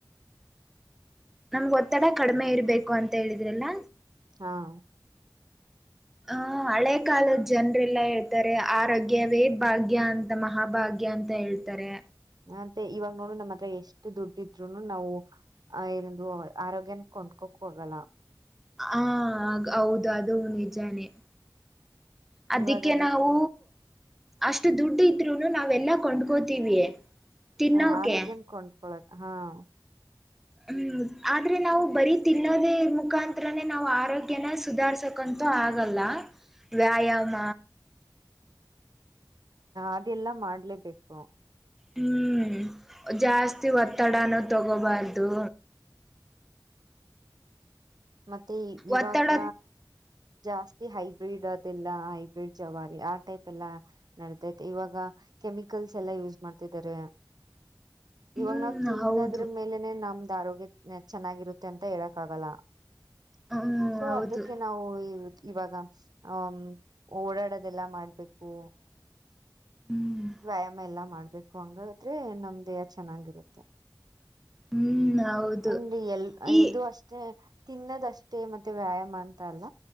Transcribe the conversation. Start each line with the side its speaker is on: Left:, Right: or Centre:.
Centre: ನಮ್ಗ್ ಒತ್ತಡ ಕಡಿಮೆ ಇರ್ಬೇಕು ಅಂತ ಹೇಳಿದ್ರಲ್ಲಾ
Right: ಹಾಂ
Centre: ಹ ಹಳೆ ಕಾಲದ ಜನ್ರೆಲ್ಲಾ ಹೇಳ್ತಾರೆ ಆರೋಗ್ಯವೇ ಭಾಗ್ಯ ಅಂತ ಮಹಾಭಾಗ್ಯ ಗ್ಯ ಅಂತ ಹೇಳ್ತಾರೆ
Right: ಅಂತೆ ಇವಾಗ ನೋಡ ನಮ್ ಹತ್ರ ಎಷ್ಟ್ ದುಡ್ಡಿದ್ರುನು ನಾವು <unintelligible> ಏನದು ಆರೋಗ್ಯನ ಕೊಂಡ್ಕೋಕ್ ಹೋಗಲ್ಲ
Centre: ಹಾಂ ಹೌದು ಅದು ನಿಜಾನೇ. ಅದಿಕ್ಕೆ
Right: ಇವಾಗ ಅದಕ್
Centre: ನಾವು ಅಷ್ಟು ದುಡ್ಡು ಇದ್ರುನು ನಾವೆಲ್ಲಾ ಕೊಂಡ್ಕೋತೀವಿ. ತಿನ್ನೋಕೆ
Right: ಹಾಂ ಆರೋಗ್ಯನ ಕೊಂಡ್ಕೊಳಕ್ ಹಾಂ
Centre: ಹ್ಮ್ ಆದ್ರೆ ನಾವು ಬರೀ ತಿನ್ನೋದ ಮುಕಾಂತ್ರನೇ ನಾವು ಆರೋಗ್ಯನ ಸುಧಾರ್ಸ ಕಂತು ಆಗಲ್ಲ ವ್ಯಾಯಾಮ
Right: ಅದೆಲ್ಲಾ ಮಾಡ್ಲೇಬೇಕು
Centre: ಹ್ಮ್ ಜಾಸ್ತಿ ಒತ್ತಡನೂ ತಗೋಬಾರ್ದು
Right: ಮತ್ತೆ ಇವಾಗ
Centre: ಒತ್ತಡ
Right: ಜಾಸ್ತಿ ಹೈಬ್ರಿಡ್ ಅದೆಲ್ಲ ಹೈಬ್ರಿಡ್ ಜವಾರಿ ಆ ಟೈಪ್ ಎಲ್ಲಾ ನಡದೈತೆ ಇವಾಗ ಕೆಮಿಕಲ್ಸ್ ಎಲ್ಲಾ ಯೂಸ್ ಮಾಡ್ತಿದ್ದಾರೆ
Centre: ಹ್ಮ್
Right: ಇವಾಗ ನಾವ್ ತಿನ್ನದ್ರ
Centre: ಹೌದು
Right: ಮೇಲೆನೆ ನಮ್ದ್ ಆರೋಗ್ಯ ಚೆನ್ನಾಗಿರುತ್ತೆ ಅಂತ ಹೇಳಕ್ ಆಗಲ್ಲ
Centre: ಹ್ಮ್
Right: ಸೊ
Centre: ಹೌದು
Right: ಅದಕ್ಕೆ ನಾವು ಇವಾಗ ಹ ಓಡಾಡದೆಲ್ಲಾ ಮಾಡ್ಬೇಕು
Centre: ಹ್ಮ್
Right: ವ್ಯಾಯಾಮ ಎಲ್ಲಾ ಮಾಡ್ಬೇಕು ಹಂಗಾದ್ರೆ ನಮ್ ದೇಹ ಚೆನ್ನಾಗಿರುತ್ತೆ
Centre: ಹ್ಮ್ ಹೌದು
Right: ಅಂಡ್ ಎಲ್
Centre: ಈ
Right: ಇದು ಅಷ್ಟೇ ತಿನ್ನದಷ್ಟೇ ಮತ್ತೆ ವ್ಯಾಯಾಮ ಅಂತ ಅಲ್ಲ